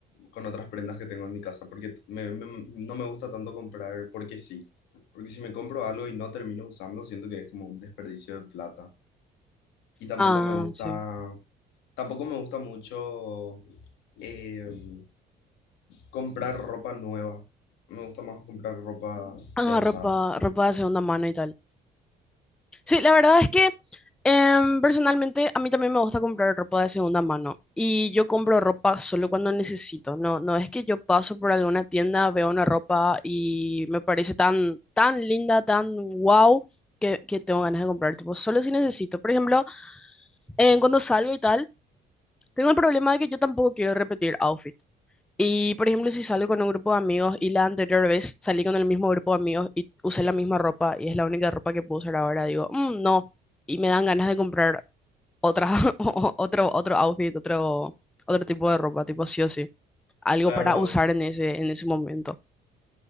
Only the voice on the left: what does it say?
con otras prendas que tengo en mi casa, porque me- me- no me gusta tanto comprar porque sí, porque si me compro algo y no termino usando, siento que es como un desperdicio de plata. Y tampoco
me gusta,
tampoco me gusta mucho em, comprar ropa nueva, me gusta más comprar ropa ya
usada.
Claro.